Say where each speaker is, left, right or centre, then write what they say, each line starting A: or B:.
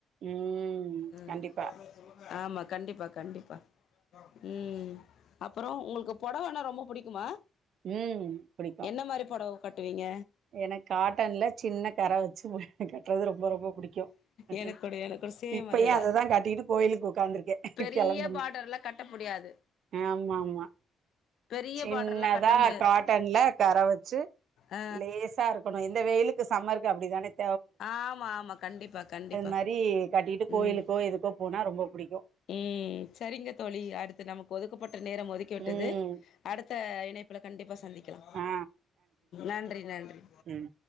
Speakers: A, on the right; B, on the left.
A: ம்
B: ம்ஹும்
A: கண்டிப்பா
B: ஆமா கண்டிப்பா கண்டிப்பா ம் அப்புறோ உங்களுக்கு பொடவன்னா ரொம்ப புடிக்குமா
A: ம் அப்படித்தா
B: என்ன மாரி பொடவ கட்டுவீங்க
A: எனக்கு காட்டன்ல சின்ன கர வச்சு கட்டறது ரொம்ப ரொம்ப புடிக்கு ம்ஹும்
B: எனக்கு கூட எனக்கு கூட சேம்
A: இப்பயு
B: அதேதா
A: அததா கட்டிகிட்டு கோயிலுக்கு உக்காந்துருக்கே
B: பெரிய
A: கெளம்பனு
B: பார்டர்லா கட்ட முடியாது
A: ஆமா ஆமா
B: பெரிய
A: சின்னதா
B: பார்டர்லா கட்ட முடியாது
A: காட்டன்ல கர வச்சு
B: ஆ
A: லேசா இருக்கணு இந்த வெயிலுக்கு சம்மருக்கு அப்படிதானே
B: ஆமா ஆமா கண்டிப்பா கண்டிப்பா
A: மாரி கட்டிட்டு கோயிலுக்கோ
B: ம்
A: எதுக்கோ போனா ரொம்ப புடிக்கு
B: ம் சரிங்க தோழி அடுத்து நமக் ஒதுக்கப்ப ட்ட நேரம் ஒதுக்கிவிட்டது
A: ம்
B: அடுத்த இணைப்புள கண்டிப்பா சந்தி கலா
A: ஆ
B: நன்றி நன்றி
A: ம்